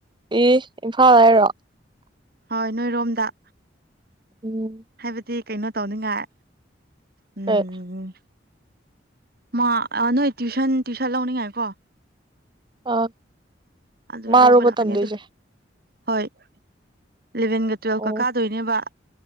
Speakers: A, on the right; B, on the right.
A: ꯏꯁ ꯏꯝꯐꯥꯜ ꯍꯥꯏꯔꯣ
B: ꯍꯣꯏ ꯅꯣꯏꯔꯣꯝꯗ
A: ꯎꯝ
B: ꯍꯥꯏꯕꯗꯤ ꯀꯩꯅꯣ ꯇꯧꯅꯤꯡꯉꯥꯏ
A: <unintelligible>
B: ꯎꯝ ꯃꯥ ꯅꯣꯏ ꯇꯨ꯭ꯋꯁꯟ ꯇꯨ꯭ꯋꯁꯟ ꯂꯧꯅꯤꯡꯉꯥꯏꯀꯣ
A: ꯑ
B: ꯑꯗꯨ
A: ꯃꯥꯔꫭꯕ
B: ꯂꯧꯕ ꯂꯥꯛꯀꯅꯤ
A: ꯇꯝꯗꯣꯏꯁꯦ
B: ꯑꯗꯨ ꯍꯣꯏ ꯏꯂꯚꯦꯟꯒ ꯇꯨꯋꯦꯜꯐꯀ
A: ꯑꯣ
B: ꯀꯥꯗꯣꯏꯅꯦꯕ